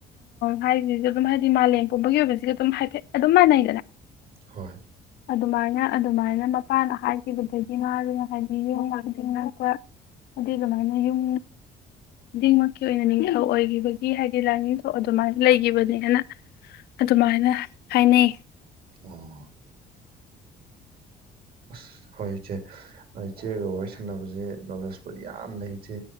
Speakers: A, on the left (about 70°); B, on the right (about 65°).
A: ꯍꯥꯏꯁꯤꯁꯨ ꯑꯗꯨꯝ ꯍꯥꯏꯗꯤ ꯃꯥꯂꯦꯝ ꯄꯨꯝꯕꯒꯤ ꯑꯣꯏꯕꯁꯤꯒ ꯑꯗꯨꯝ ꯍꯥꯏꯐꯦꯠ ꯑꯗꯨꯝ ꯃꯥꯟꯅꯩꯗꯅ
B: ꯍꯣꯏ
A: ꯑꯗꯨꯃꯥꯏꯅ ꯑꯗꯨꯃꯥꯏꯅ ꯃꯄꯥꯟꯗ ꯍꯥꯏ ꯈꯤꯕꯗꯒꯤ ꯃꯥꯗꯨꯅ ꯍꯥꯏꯗꯤ ꯌꯨꯝ ꯈꯨꯗꯤꯡ ꯉꯥꯛꯄ ꯍꯥꯏꯗꯤ ꯑꯗꯨꯃꯥꯏꯅ ꯌꯨꯝ ꯈꯨꯗꯤꯡꯃꯛꯀꯤ ꯑꯣꯏꯅ ꯅꯤꯡꯊꯧ ꯑꯣꯏꯒꯤꯕꯒꯤ ꯍꯥꯏꯗꯤ ꯂꯥꯏꯅꯤꯡꯊꯧ ꯑꯗꯨꯃꯥꯏꯅ ꯂꯩꯒꯤꯕꯅꯦꯅ ꯑꯗꯨꯃꯥꯏꯅ ꯍꯥꯏꯅꯩ
B: ꯑꯣ ꯑꯁ ꯍꯣꯏ ꯏꯆꯦ ꯏꯆꯦꯒ ꯋꯥꯔꯤ ꯁꯥꯟꯅꯕꯁꯦ ꯅꯣꯂꯦꯖꯄꯨꯗꯤ ꯌꯥꯝ ꯂꯩ ꯏꯆꯦ